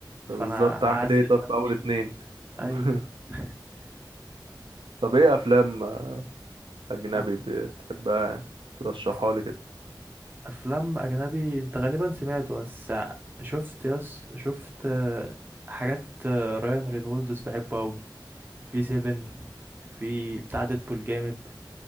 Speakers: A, on the right; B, on the right.
A: فانا
B: طب بالظبط اعمل
A: هعذب
B: ايه طب
A: نفسي
B: في اول اتنين
A: ايوه
B: <laughs>
A: <laughs>
B: طب ايه افلام اجنبي
A: أف-
B: بتحبها يعني ترشحها
A: أف-
B: لي كده
A: افلام اجنبي انت غالبا سمعته بس شفت يس شفت آه، حاجات آه، رايان رينولدز بحبه قوي في سيفن في بتاع ديدبول جامد